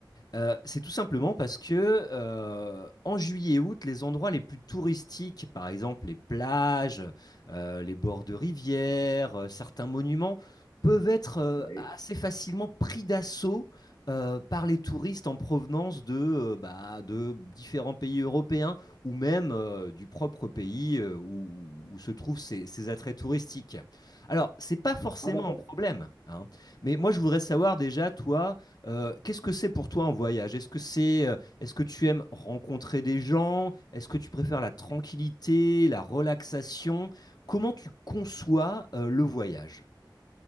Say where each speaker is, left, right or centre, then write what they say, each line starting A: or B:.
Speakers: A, on the left (about 55°); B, on the left (about 80°).
A: euh, c'est tout simplement parce que euh, en juillet-août, et août, les endroits les plus touristiques, par exemple les plages, euh, les bords de rivières, euh, certains monuments, peuvent être euh,
B: oui.
A: assez facilement pris d'assaut euh, par les touristes en provenance de, euh, bah, de différents pays européens ou même euh, du propre pays euh, où, où se trouvent ces, ces attraits touristiques. Alors, c'est pas forcément
B: Ah, d'accord.
A: un problème, hein, mais moi je voudrais savoir déjà, toi, euh, qu'est-ce que c'est pour toi un voyage? Est-ce que c'est, euh, est-ce que tu aimes rencontrer des gens? Est-ce que tu préfères la tranquillité, la relaxation? Comment tu conçois, euh, le voyage?